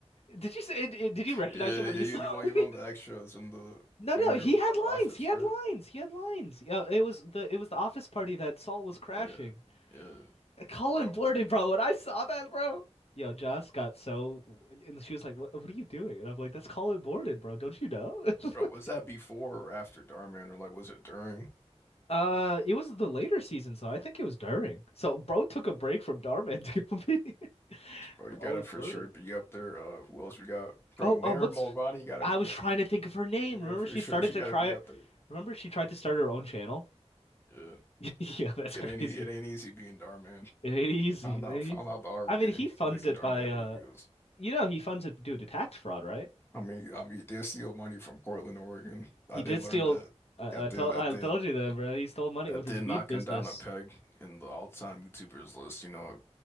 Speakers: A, on the left; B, on the left.
A: did you say did you recognize
B: Yeah,
A: him when
B: yeah,
A: you
B: you
A: saw
B: you won
A: him?
B: you won
A: <laughs>
B: the extras in the
A: No,
B: when
A: no,
B: they
A: he
B: were at
A: had
B: the
A: lines.
B: office,
A: He had
B: right?
A: lines. He had lines. Yeah, it was the it was the office party that Saul was crashing.
B: Yeah, yeah,
A: Colin
B: bro,
A: blurted, bro, when I saw that, bro. Yo, Joss got so, and she was like, "What? What are you doing?" And I'm like, "That's Colin Blurted, bro. Don't you know?" <laughs>
B: bro, was that before or after Darman, or like was it during?
A: Uh, it was the later season, so I think it was during. So, bro took a break from Darman <laughs> to go be <laughs>
B: Bro,
A: Colin
B: you gotta for
A: Blurted.
B: sure be up there. Uh, who else we got? Bro,
A: Oh,
B: Maren
A: uh, what's?
B: Mulroney, you gotta
A: I
B: be
A: was
B: up
A: trying
B: there,
A: to think
B: bro.
A: of her name.
B: Yeah,
A: Remember,
B: for
A: she
B: sure,
A: started
B: she
A: to
B: gotta
A: try.
B: be up there.
A: Remember, she tried to start her own channel.
B: Yeah,
A: <laughs> Yeah, that's
B: it
A: crazy.
B: ain't e- it ain't easy being Darman.
A: It ain't easy.
B: Found
A: It
B: out
A: ain't
B: found
A: easy.
B: out the hard
A: I
B: way.
A: mean,
B: It
A: he
B: ain't easy
A: funds
B: making
A: it
B: Darman
A: by uh,
B: videos.
A: you know, he funds it due to tax fraud, right?
B: I mean, I mean, they steal money from Portland, Oregon. I
A: He
B: did
A: did
B: learn
A: steal.
B: that.
A: I
B: I did,
A: I told
B: I
A: I
B: did.
A: told you that, bro. He stole money
B: That
A: with
B: did
A: his weed
B: knock
A: business.
B: him down a peg in the all-time YouTubers list. You know,